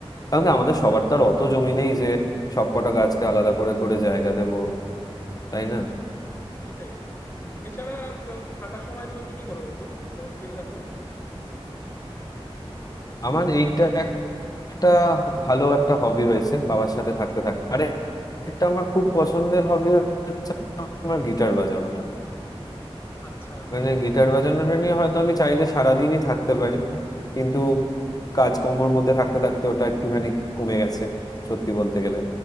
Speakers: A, on the left (about 35°); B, on the left (about 20°).
A: কারণ কি আমাদের সবার তো আর অত জমি নেই যে সব কটা গাছকে আলাদা করে করে জায়গা দেব তাই না
B: এটাই এছাড়া আর, আহ, ফাঁকা সময় তুমি কি কি করো বন্ধু যখন ফ্রি থাকো
A: আমার এইটা একটা ভালো একটা হবি হয়েছে বাবার সাথে থাকতে থাকতে আরে একটা আমার খুব পছন্দের হবি হচ্ছে আমার গিটার বাজানো
B: আচ্ছা
A: মানে গিটার বাজানোটা নিয়ে হয়তো আমি চাইলে সারাদিনই থাকতে পারি কিন্তু কাজকর্মর মধ্যে থাকতে থাকতে ওটা একটুখানি কমে গেছে সত্যি বলতে গেলে